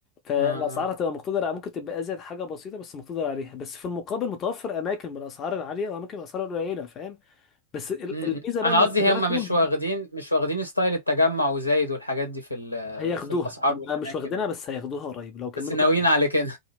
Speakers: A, on the left; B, on the left.
A: فالاسعار
B: آه آه.
A: هتبقى مقتدره ممكن تبقى ازيد حاجه بسيطه بس مقتدر عليها بس في المقابل متوفر اماكن بالاسعار العاليه واماكن بالاسعار القليله فاهم بس ال-
B: م-
A: الميزه
B: م.
A: بقى
B: انا
A: ان الخدمات
B: قصدي هم مش
A: هنا
B: واخدين مش واخدين ستايل التجمع وزايد والحاجات دي في ال-
A: هياخدوها
B: في الاسعار
A: هم
B: والاماكن
A: مش واخدينها
B: وكده
A: بس هياخدوها قريب لو كملوا
B: بس ناويين
A: كده
B: على كده